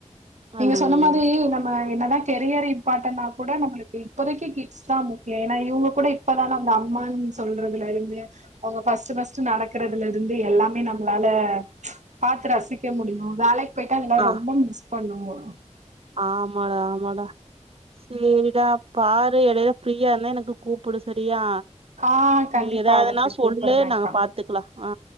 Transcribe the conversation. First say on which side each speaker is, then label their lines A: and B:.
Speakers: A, on the right; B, on the right.
A: ஆ
B: நீங்க
A: ம்
B: சொன்ன மாதிரி நம்ம என்னதா கெரியர் இம்பார்ட்டனா கூட நம்முளுக்கு இப்போதைகி கிட் ஸ்தா முக்கிய ஏன்னா இவங்க கூட இப்பதா நம்ம அம்மான் சொல்றதுல இருந்து அவங்க ஃபர்ஸ்ட் ஃபர்ஸ்ட்டு நடக்கிறதுல இருந்து எல்லாமே நம் மளால பாத்து ரசிக்க முடியு வேலைக்கு போயிட்டா இதெல்லா
A: ஆ
B: ரொம்ப மிஸ் பண்ணுவோ
A: ஆமாடா ஆமாடா சேரிடா பாரு இடையில ஃப்ரீயா இருந்தா எனக்கு கூப்புடு சரியா
B: ஆஹ் கண்டிப்பா
A: நீ எதாவதுன்னா
B: அடுத்து
A: சொல்லு
B: கூப்பிடுறேன்க்கா
A: நாங்க பாத்துக்கலா ஆ